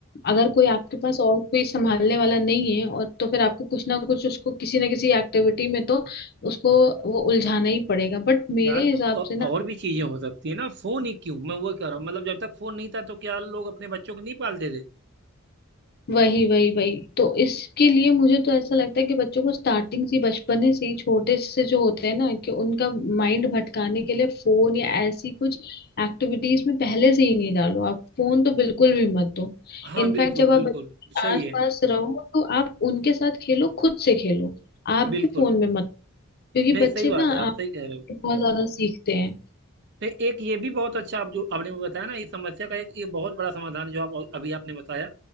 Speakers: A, on the left; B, on the right.
A: अगर कोई आपके पास और कोई संभालने वाला नहीं है और तो फिर आपको कुछ ना कुछ उसको किसी ना किसी एक्टिविटी में तो उसको वो उलझाना ही पड़ेगा बट मेरे
B: यार तो
A: हिसाब
B: अ-
A: से ना
B: और भी चीजें हो सकती है ना फोन ही क्यों मैं वो कह रहा हूँ मतलब जब तक फोन नहीं था तो क्या लोग अपने बच्चों को नहीं पालते थे
A: वही वही वही तो इसके लिए मुझे तो ऐसा लगता है कि बच्चों को स्टार्टिंग से बचपन से ही छोटे से जो होते हैं ना कि उनका माइंड भटकाने के लिए फोन या ऐसी कुछ एक्टिविटीज में पहले से ही नहीं डालो आप फोन तो बिल्कुल भी मत दो
B: हाँ
A: इनफैक्ट
B: बिल्कुल
A: जब
B: बिल्कुल
A: आप बच्चों
B: सही
A: के आसपास
B: है
A: रहो तो आप उनके साथ खेलो खुद से खेलो आप
B: बिल्कुल
A: भी फोन में मत क्योंकि
B: नहीं
A: बच्चे
B: सही बात
A: ना
B: है आप
A: आप
B: सही कह रहे हो
A: बहुत ज्यादा सीखते हैं
B: तो एक ये भी बहुत अच्छा आप जो आपने मुझे बताया ना इस समस्या का एक ये बहुत बड़ा समाधान है जो आप अभी आपने बताया